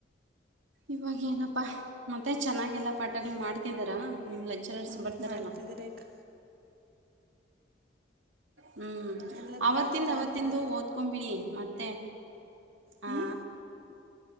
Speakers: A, on the right (about 85°); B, on the right (about 50°).
A: ಇವಾಗ ಏನಪ್ಪಾ ಮತ್ತೆ ಚೆನ್ನಾಗೆಲ್ಲ ಪಾಠಗಳು ಮಾಡ್ತಿದಾರಾ ನಿಮ್ಮ ಲೆಕ್ಚರರ್ಸ್
B: ಹಾ
A: ಬರ್ತಾರಲ್ಲ
B: ಮಾಡ್ತಿದ್ದಾರೆ ಅಕ್ಕ
A: ಹ್ಮ್
B: ಎಲ್ಲ
A: ಅವತ್ತಿಂದ
B: ಕ್ಲಾಸ್ ತಗತಾರೆ
A: ಅವತ್ತಂದು ಓದ್ಕೊ್ ಬಿಿಡಿ ಮತ್ತೆ
B: ಹ್ಞೂ
A: ಆ